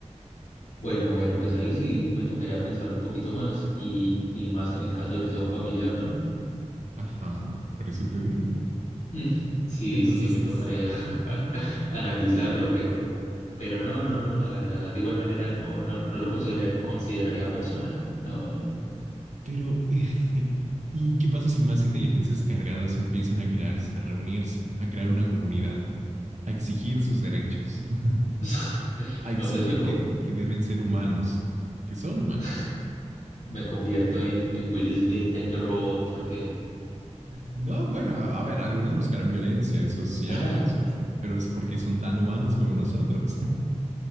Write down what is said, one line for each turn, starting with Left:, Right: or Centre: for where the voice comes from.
Left: bueno, bueno, pues ahí sí me tocaría pensarlo un poquito más y, y más en el caso de que sea un familiar, ¿no?
Right: Ajá, por eso te digo.
Left: Mm, Sí,
Right: Entonces,
Left: sí, me
Right: es,
Left: tocaría <laughs> analizarlo, pero, pero no, no, no, la verdad, de igual manera no, no, no lo considera- consideraría persona, no, no.
Right: pero, <laughs> ¿y qué pasa si más inteligencias cargadas empiezan a crearse, a reunirse, a crear una comunidad, a exigir sus derechos,
Left: <laughs>
Right: <laughs> a exigir
Left: No, pues me, co-
Right: que, que deben ser humanos, que son humanos?
Left: <laughs> me convierto en, en Will Smith en Yo Robot porque
Right: No, bueno, a ver, algunos buscarán violencia, eso es cierto,
Left: <laughs>
Right: eso es, pero es porque son tan humanos como nosotros.